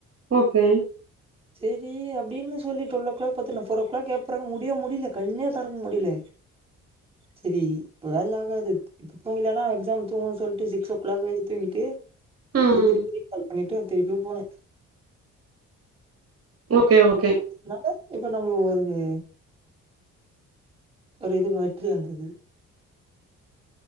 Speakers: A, on the right (about 50°); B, on the right (about 20°).
A: ஓகே
B: <inaudible> சேரி அப்டின்னு சொல்லி ட்டுவல்லோ க்ளாக் பட்த்துற்னு ஃபோரோ கிளாக் ஏப்புட்றாங்க முடிய முடியல கண்ணே தெறக்க முடில சேரி இப்ப வேல்லா ஆகாது இப்ப தூங்கலன்னா எக்ஸாம் தூங்குனு சொல்ட்டு சிக்ஸ் ஓ க்ளாக் வரையு தூங்கிட்டு அப்றோ
A: ம்,
B: திருப்பி ரீகால் பண்ணிட்டு திருப்பியு போன
A: ஓகே ஓகே
B: அதனால இப்ப நம்ளுக்கு வருது ஒரு இதுக்கு வெற்றி வந்துது